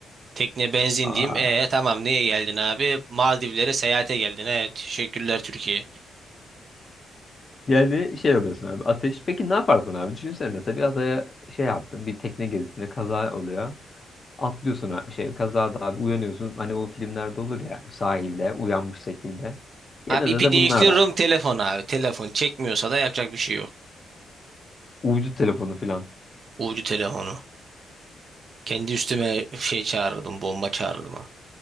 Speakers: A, on the right; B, on the left.
A: Tekne benzin
B: Aa,
A: diyeyim. E tamam niye geldin abi? Maldivlere seyahate geldin. Evet teşekkürler Türkiye.
B: yani şey alıyorsun abi ateş. Peki ne yaparsın abi? Düşünsene mesela bir adaya şey yaptın bir tekne gezisinde kaza oluyor. Atlıyorsun abi şey kazada abi uyanıyorsun. Hani o filmlerde olur ya sahilde uyanmış şekilde. Yanında
A: Abi ipi
B: da
A: değiştiriyorum
B: bunlar var.
A: telefon abi. Telefon çekmiyorsa da yapacak bir şey yok.
B: Uydu telefonu filan.
A: Ucu telefonu. Kendi üstüme şey çağırdım. Bomba çağırdım ha.